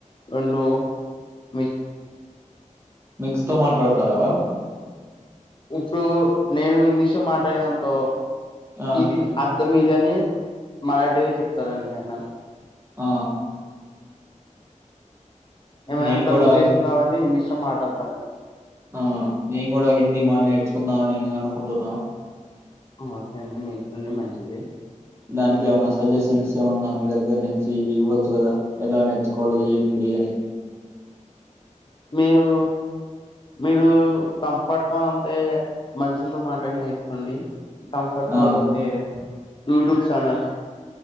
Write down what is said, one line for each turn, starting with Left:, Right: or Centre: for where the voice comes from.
Left: ఉండూ వ
Right: మిక్స్తో మాట్లాడతారా
Left: ఇప్పుడు నేను ఇంగ్లీష్ లో మాట్లాడినంతో
Right: ఆ
Left: ఇది అర్ధం ఇదనే మరాఠీగా చెప్తారంండి ఆయన
Right: ఆ
Left: ఏ
Right: నేను
Left: తమిళ
Right: కూడా
Left: దేశం హిందీ ష మాట అంతనే
Right: ఆ నేను కూడా హిందీ మా నేర్చుకుందాం అని అనుకుంటున్నా
Left: ఓకే అండి మీట్ండి మంచిది
Right: దానికి ఏమన్నా సజెషన్స్ ఏమన్నా మీ దగ్గర నుంచి ఇవ్వచ్చు కదా ఎలా నేర్చుకోవాలి ఏంటి అని
Left: మీరు మీరు కంపట్ అంతే మంచిది మాట నేర్చుకోండి కంఫర్తో
Right: ఆ
Left: పోతే యూట్యూబ్ చనల్